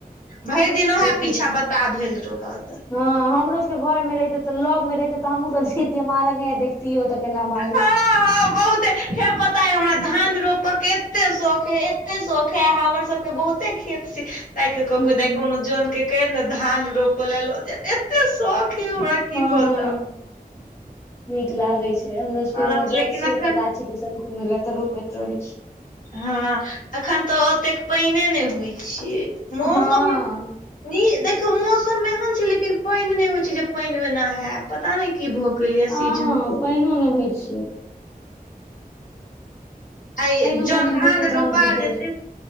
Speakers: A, on the left; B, on the left.
A: भरि दिन ओएह
B: देखै
A: पीछा
B: छी
A: बता भेल रहत।
B: हँ, हमरो सबके के घर मे रहिते तऽ लग मे रहते तऽ हमहू सब जेतिए मारा ने आब जे। तीओ तऽ केना मारि
A: हँ
B: छैई।
A: बहुते हे पता हमरा धान- - धान रोप के एते शौख ऐइ एते शौख ऐइ हमर सबके बहुते खेत छैई। ताय के कहु
B: हूँ
A: बु दाई कोनो जन के केहने धान रोप ल जेएत एते शौख य हमरा की
B: हँ
A: बताउ
B: नीक लागे छै, हमरो सबके
A: हँ
B: उमहर
A: लेकिन
B: जाय छियै
A: अखन
B: तऽ, गाछी दूस घूम ल तऽ, रोपैत रहे छी।
A: हँ एखन तऽ ओतेक पाईनने नहि होइ छै, मौसममे
B: हँ
A: नी देखियौ मौसम मे एहन छै, लेकिन पाईन नहि होइ छै, जे पाईन मे नहायब पता नहि की भऽ गेल या
B: हँ
A: सीजन के
B: पानिओ नै होइ छै,
A: आई
B: पानिओ
A: जन
B: कनि
A: धान
B: होइतै तऽ
A: रोपा
B: हम गिर जाइत
A: जेतै